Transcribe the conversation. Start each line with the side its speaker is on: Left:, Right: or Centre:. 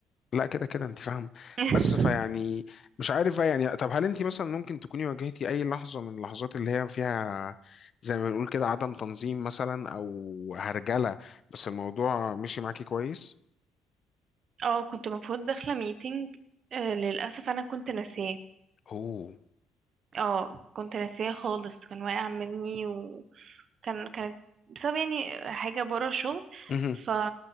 Left: لا كده كده انت فاهمه
Right: <laughs>
Left: بس فيعني مش عارف بقى يعني طب هل انت مثلا ممكن تكوني واجهتي اي لحظه من اللحظات اللي هي فيها زي ما بنقول كده عدم تنظيم مثلا او هرجله بس الموضوع مشي معاكي كويس
Right: اه كنت المفروض داخلة ميتنج آه للأسف أنا كنت ناسياه
Left: اوه
Right: اه كنت ناسياه خالص كان واقع مني وكان كانت بسبب يعني حاجة برا الشغل
Left: مهم.
Right: ف...